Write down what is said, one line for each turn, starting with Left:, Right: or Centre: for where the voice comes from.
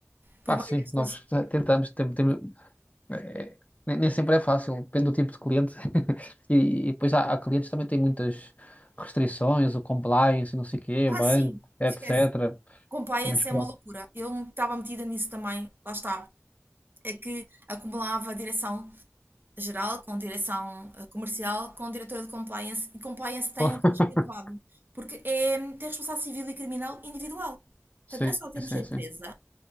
Right: por
Left: Pá,
Right: meio
Left: sim,
Right: destas.
Left: nós t- tentamos, tem- temos, É, nem nem sempre é fácil, depende do tipo de cliente. <laughs> E, e depois há, há clientes que também têm muitas restrições, o compliance, não sei o quê,
Right: Ah,
Left: banco,
Right: sim,
Left: etc.
Right: esquece. Compliance
Left: Mas pronto.
Right: é uma loucura. Eu estava metida nisso também, lá está. É que acumulava direção geral com direção eh, comercial, com diretora de compliance, e compliance tem
Left: <laughs>
Right: um risco elevado, porque é, tem responsabilidade civil e criminal individual.
Left: Sim,
Right: Portanto, não é só termos
Left: sim,
Right: a empresa,
Left: sim.